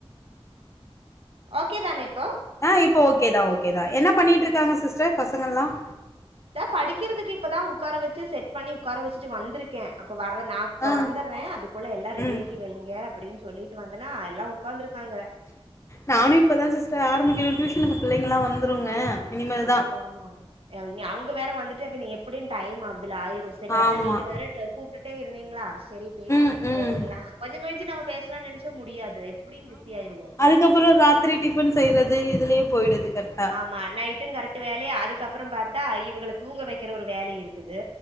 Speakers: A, on the right (about 65°); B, on the left (about 30°).
A: ஓகே தானே இப்போ
B: ஆ இப்போ ஓகே தா ஓகே தா என்ன பண்ணிட்டு இருக்காங்க சிஸ்டர் பசங்கள்லாம்
A: தா படிக்கிறதுக்கு இப்பதா உட்கார வெச்சு செட் பண்ணி உட்கார வச்சுட்டு வந்திருக்கேன் அப்ப வர்ற நா அப்ப
B: ஆ
A: வந்துர்றேன் அதுக்குள்ள எல்லா ரெடியாக்கி
B: ம்
A: வைங்க அப்டின்னு சொல்லிட்டு வந்தேனா எல்லா உட்காந்துருக்காங்க
B: நானு இப்பதா சிஸ்டர் ஆரம்பிக்கறேன் டியூஷனுக்கு பிள்ளைங்கலா வந்துருங்க இனிமேல்
A: ஆமா
B: தா
A: ஆமா அவிங்க அவங்க வேற வந்துட்டு அப்ப நீ எப்படியு டைம் ஆகுதுல ஆயிரு சரி அதான்
B: ஆமா
A: நீங்க வேற கூப்பிட்டுட்டே இருந்தீங்களா சரி பேசிட்டே
B: ம் ம்
A: போயிரலாம் கொஞ்சம் கழிச்சு நம்ம பேசலாம் நினைச்ச முடியாது எப்படியும் பிஸி ஆயிருவோம்
B: அதுக்கப்புறம் ராத்திரி டிஃபன் செய்றது இதுலயே போயிடுது கரெக்டா
A: ஆமா நைட்டும் கரெக்ட் வேலையா அதுக்கப்புறம் பாத்தா இவகள தூங்க வைக்கிற ஒரு வேலை இருக்குது